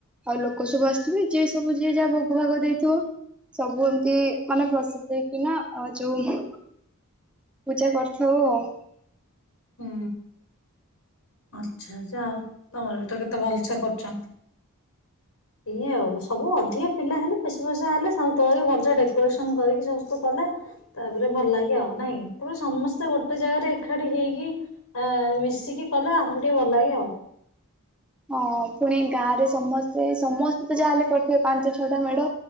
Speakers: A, in the centre; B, on the left (about 70°).
A: ଆଉ ଲୋକ ସବୁ ଆସିଥିବେ ଯିଏ ସବୁ ଯିଏ ଯାହା ଭୋଗ ଭାଗ ଦେଇଥିବ ସବୁ ଏମିତି ମାନେ ପ୍ରସାଦ ହେଇକି ନା ଆଉ ଯୋଉ ପୂଜା କରିଥାଉ ଆଉ।
B: ହୁଁ ଆଚ୍ଛା! ଯା ହଉ ତମର ତ କେତେ ଭଲସେ୍ କରୁଛ ଇଏ ଆଉ ସବୁ ଅଧିକ ପିଲା ହେଲେ ବସବୁସା ହେଲେ ସବୁ ତଳ ଭଲସ ଡେକୋରେସନ କରିକି ସମସ୍ତେ କଲ ତାପରେ ଭଲ ଲାଗେ ଆଉ ନାଇଁ ତାପରେ ସମସ୍ତେ ଗୋଟେ ଜାଗାରେ ଏକାଠି ହେଇକି ଆ ମିଶିକି କଲେ ଆହୁରି ଟିକେ ଭଲ ଲାଗେ ଆଉ।
A: ହଁ ପୁଣି ଗାଁ ରେ ସମସ୍ତେ ସମସ୍ତେ ତ ଯାହାହେଲେ କରିଥିବେ ପାଞ୍ଚ ଛଅଟା ମେଢ